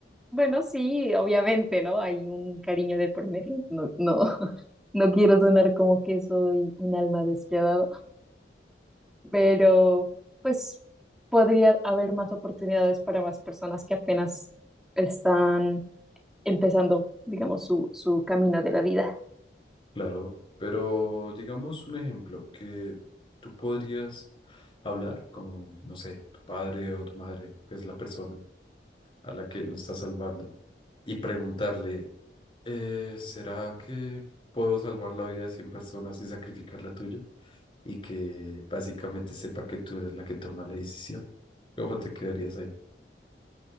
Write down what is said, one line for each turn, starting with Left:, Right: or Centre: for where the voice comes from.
Centre: bueno, sí, obviamente, ¿no? Hay un cariño de por medio, no, no, <laughs> no quiero sonar como que soy un alma despiadada, pero pues podría haber más oportunidades para más personas que apenas están empezando, digamos, su, su camino de la vida.
Left: claro, pero digamos un ejemplo que tú podrías hablar con, no sé, tu padre o tu madre, que es la persona a la que no estás salvando, y preguntarle, eh, ¿será que puedo salvar la vida de 100 personas y sacrificar la tuya? Y que básicamente sepa que tú eres la que toma la decisión. ¿Cómo te quedarías ahí?